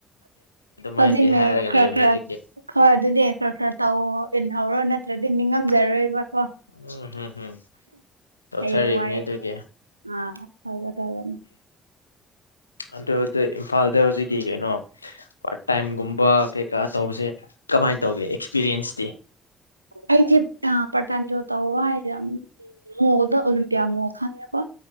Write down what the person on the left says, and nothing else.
ꯃꯥꯏꯅꯗꯤ ꯍꯥꯏꯔꯒ
ꯂꯩꯕꯅꯤ
ꯑꯗꯨꯒꯤ
ꯎꯝ ꯍꯝ ꯍꯝ ꯇꯧꯊꯔꯤꯕꯅꯤ
ꯑꯗꯨꯒꯤ
ꯑꯗꯨ ꯏꯝꯐꯥꯜꯗ ꯍꯧꯖꯤꯛꯀꯤ ꯀꯩꯅꯣ ꯄꯥꯔꯠ ꯇꯥꯏꯝꯒꯨꯝꯕ ꯀꯩꯀꯥ ꯇꯧꯕꯁꯦ ꯀꯃꯥꯏꯅ ꯇꯧꯒꯦ ꯑꯦꯛꯁꯄꯤꯔꯤꯌꯦꯟꯁꯇꯤ